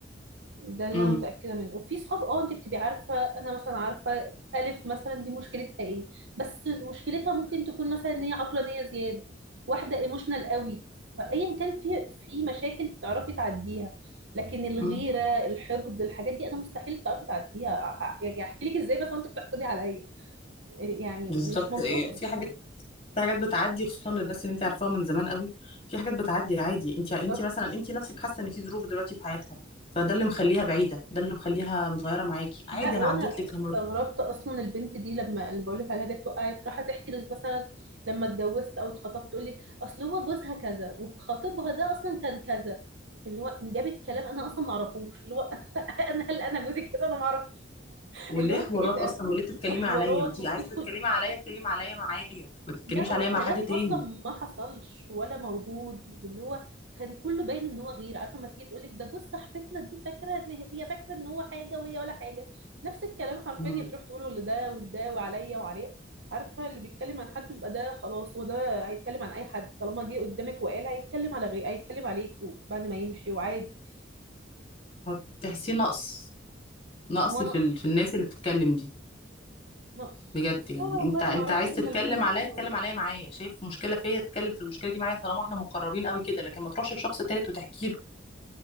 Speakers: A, on the right; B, on the left.
A: ده اللي
B: امم
A: أنا متأكدة منه وفي صحاب اه أنت بتبقي عارفة أنا مثلا عارفة ألف مثلا دي مشكلتها إيه بس مشكلتها ممكن تكون مثلا إن هي عقلانية زيادة واحدة ايموشنال قوي فأيا كان في في مشاكل بتعرفي تعديها لكن الغيرة
B: امم
A: الحقد الحاجات دي أنا مستحيل تعرفي تعديها يعني أحكي لك إزاي بس وأنت بتحقدي عليا يعني
B: بالظبط
A: مش منطقي
B: إيه، في حاجات في حاجات بتعدي خصوصا للناس اللي انت عارفاها من زمان قوي في حاجات بتعدي عادي انت انت
A: بالظبط
B: مثلا انت نفسك حاسه ان في ظروف دلوقتي في حياتها فده اللي مخليها بعيده ده اللي مخليها متغيره معاكي عادي
A: لا
B: انا
A: وانا
B: عديت لك
A: استغربت
B: المر-
A: اصلا البنت دي لما اللي بقول لك عليها جت وقعت راحت تحكي لي مثلا لما اتجوزت او اتخطبت تقول لي اصل هو جوزها كذا وخطيبها ده اصلا كان كذا اللي هو جابت كلام انا اصلا ما اعرفوش اللي هو <laughs> انا هل انا جوزي كذا انا ما اعرف
B: وليه
A: اللي هو
B: حوارات
A: انت ايه ده
B: اصلا وليه تتكلمي
A: وحوارات
B: عليا ما تيجي
A: وبتدخل
B: عايزه تتكلمي عليا اتكلمي عليا معايا ما تتكلميش
A: لا وكلام
B: عليا مع حد تاني
A: اصلا ما حصلش ولا موجود واللي هو كان كله باين ان هو غير عارفه ما تيجي تقول لك ده جوز صاحبتنا دي فاكره ان هي هي فاكره ان هو حاجه وهي ولا حاجه نفس الكلام حرفيا
B: امم
A: هي بتروح تقوله لده ولده وعليا وعليه عارفه اللي بيتكلم عن حد يبقى ده خلاص هو ده هيتكلم عن اي حد طالما جه قدامك وقال هيتكلم على غير هيتكلم عليك بعد ما يمشي وعادي
B: هو تحسيه نقص نقص
A: هو
B: في
A: نقص
B: ال... في الناس اللي بتتكلم دي
A: نقص
B: بجد
A: بس
B: يعني
A: هو والله
B: انت انت
A: ما اعرفش
B: عايز
A: احنا
B: تتكلم
A: اللي متخلفين
B: عليا اتكلم
A: ولا ايه
B: عليا معايا شايف مشكله فيا اتكلم في المشكله دي معايا طالما احنا مقربين قوي كده لكن ما تروحش لشخص تالت وتحكي له